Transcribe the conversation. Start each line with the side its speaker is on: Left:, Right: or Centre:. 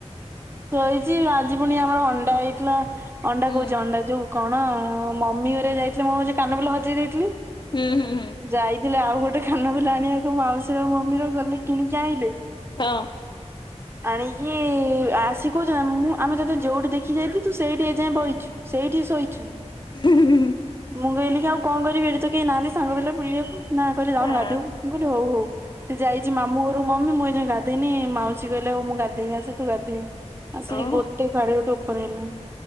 Right: ଶୋଇଚି ଆଜି ପୁଣି ଆମର ଅଣ୍ଡା ହେଇଥିଲା ଅଣ୍ଡା
Left: ହୁଁ
Right: କହୁଚି ଅଣ୍ଡା ଯୋଉ କଣ ମମି ଘରେ ଯାଇଥିଲେ ମୁଁ ହୋଉଚି କାନଫୁଲ ହଜେଇ ଦେଇଥିଲି।
Left: ହୁଁ ହୁଁ ହୁଁ।
Right: ଯାଇ ଥିଲେ ଆଉ ଗୋଟେ କାନଫୁଲ ଆଣିବାକୁ ମାଉସୀର ମମିର ଗଲେ କିଣିକି ଆଁଇଲେ।
Left: ହଁ।
Right: ଆଣିକି ଆସ୍ ଶିଏ କହୁଚନ୍ତି ମୁଁ ଆମେ ତତେ ଯୋଉଠି ଦେଖିକି ଯାଇଥିଲୁ ତୁ ସେଇଠି ଏ ଯାଏଁ ବଇଚୁ ସେଇଠି ଶୋଇଚୁ।
Left: ହୁଁ ହୁଁ ହୁଁ।
Right: ମୁଁ ଗହିଲିକି ଆଉ କଣ କରିବି ଏଠି ତ କେହି ନାହାନ୍ତି ସାଙ୍ଗ ପିଲା ବୁଲିବାକୁ। ନା କହିଲେ ଯାଉନୁ
Left: ହଁ
Right: ଗଧେଇବୁ ମୁ କହିଲି ହୋଉ ହୋଉ। ସେ ଯାଇଚି ମାମୁଁ ଘରୁ ମମି ମୁଁ ଏଯାଏଁ ଗାଧେଇନେହିଁ ମାଉସୀ କହିଲେ ହଉ ମୁଁ ଗାଧେଇକି ଆସେ ତୁ ଗାଧେଇବୁ। ଆସିକି
Left: ଓହୋ
Right: ଗୋଟେ ସାଢେ ଗୋଟେ ଉପରେ ହେଲାଣି।